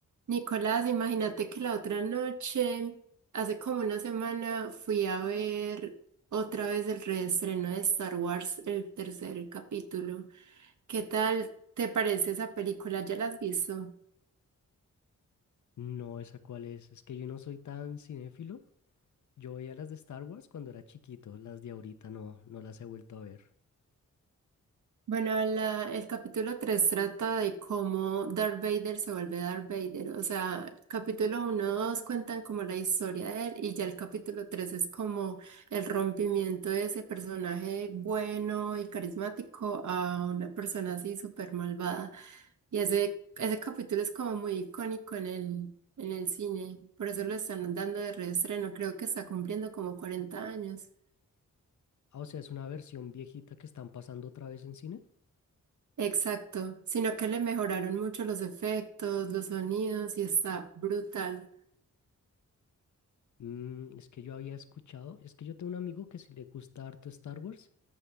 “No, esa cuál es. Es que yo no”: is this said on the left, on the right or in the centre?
Left